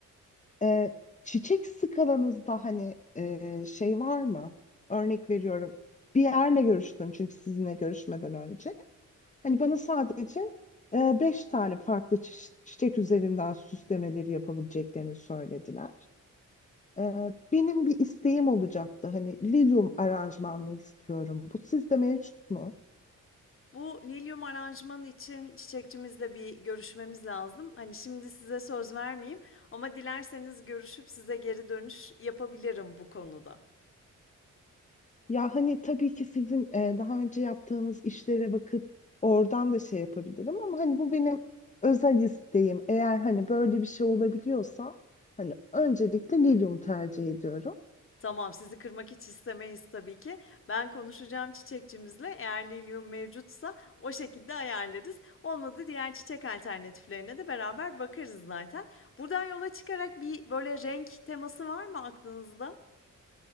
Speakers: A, on the left; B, on the left.
A: E, çiçek skalanızda hani e, şey var mı? Örnek veriyorum. Bir yerle görüştüm çünkü sizinle görüşmeden önce. Hani bana sadece e, beş tane farklı çi- çiçek üzerinden süslemeleri yapabileceklerini söylediler. Ee, benim bir isteğim olacaktı. Hani lilyum aranjmanını istiyorum. Bu sizde mevcut mu?
B: Bu lilyum aranjmanı için çiçekçimizle bir görüşmemiz lazım. Hani şimdi size söz vermeyeyim ama dilerseniz görüşüp size geri dönüş yapabilirim bu konuda.
A: Ya hani tabii ki sizin e, daha önce yaptığınız işlere bakıp oradan da şey yapabilirim ama hani bu benim özel isteğim. Eğer hani böyle bir şey olabiliyorsa hani öncelikle lilyum tercih ediyorum.
B: Tamam, sizi kırmak hiç istemeyiz tabii ki. Ben konuşacağım çiçekçimizle. Eğer lilyum mevcutsa o şekilde ayarlarız. Olmadı diğer çiçek alternatiflerine de beraber bakarız zaten. Buradan yola çıkarak bir böyle renk teması var mı aklınızda?